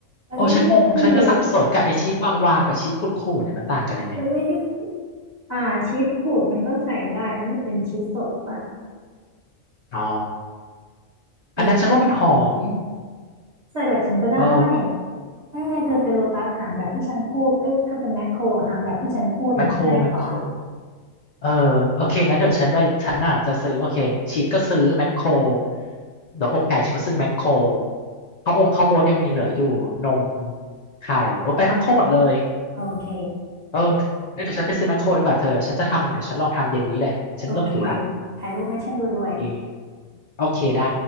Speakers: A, on the right (about 35°); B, on the left (about 70°).
A: มันไม่ได้ขูด
B: โอ้ฉันงงฉันก็สับสนกับไอชีสวางๆกับชีสขูดขูดเนี่ยมันต่างกันยังไง
A: มันไม่ได้ขูดอ่าชีสขูดมันก็ใส่ได้อันนั่นจะเป็นชีสสดปะ
B: อ๋อ
A: เออ
B: อันนั้นฉันว่ามันหอม
A: ใส่แบบฉันก็ได้
B: เออ
A: ไม่ไม่เธอไปโลตัสหารแบบที่ฉันพูดเอ้ยเธอเป็นแมคโครหารแบบที่ฉันพูดน่ะมันง่ายกว่า
B: แมคโครแมคโคร เออโอเคงั้นเดี๋ยวฉันไปฉันอ่ะจะซื้อโอเคชีสก็ซื้อแมคโครเดี๋ยวอกไก่ฉันก็ซื้อแมคโครข้าวองข้าวโอ๊ตยังมีเหลืออยู่นมไข่โอ้ไปแมคโครหมดเลย
A: โอเค
B: เอองั้นเดี๋ยวฉันไปซื้อแมคโครดีกว่าเธอฉันจะทำเดี๋ยวฉันลองทำเย็นนี้เลยฉันเริ่มหิวละ
A: โอเคถ่ายรูปให้ฉันดูด้วย
B: เออโอเคได้